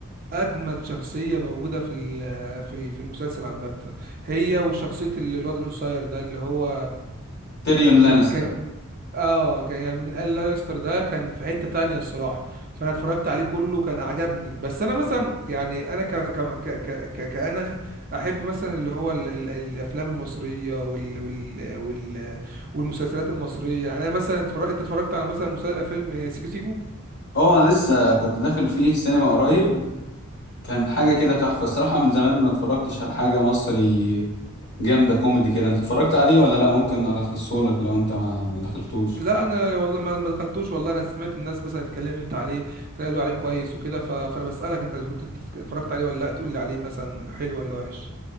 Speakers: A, on the right; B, on the left.
A: اجمد شخصيه موجوده في ال- في ال- في المسلسل عامه هي وشخصيه ال- الواد القصير ده اللي هو
B: تيريون لانستر
A: كان كان اه يعني من قال لانستر ده كان في حتة تانية الصراحة فانا اتفرجت عليه كله كان عجبني بس انا مثلا يعني انا ك ك ك ك ك- كأنا احب مثلا اللي هو ال ال الافلام المصرية وال وال وال والمسلسلات المصرية يعني انا مثلا اتفرج انت اتفرجت على مثلا مسل- فيلم سيكو سيكو
B: اه لسه كنت داخل فيه السينما قريب كان حاجة كده تحفة الصراحة من زمان ما اتفرجتش على حاجة مصري جامدة كوميدي كده انت اتفرجت عليه ولا لا ممكن الخصهولك لو انت ما ما دخلتوش
A: لا انا والله ما ما دخلتوش والله انا سمعت الناس مثلا اتكلمت عليه قالوا عليه كويس وكده ف... فانا بسألك انت إذا كنت انت اتفرجت عليه ولا لا تقول لي عليه مثلا حلو ولا وحش